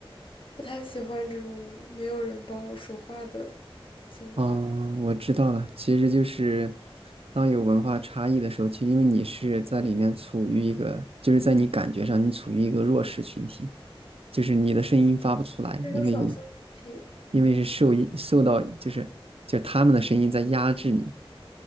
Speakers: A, on the left; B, on the right.
A: 不太喜欢这种没有人帮我说话的情况。
B: 哦，我知道了，其实就是当有文化差异的时候，其实因为你是在里面处于一个，就是在你感觉上你处于一个弱势群体，就是你的声音发不出来，
A: 这个少数群体，
B: 因为因为是受一受到就是就他们的声音在压制你。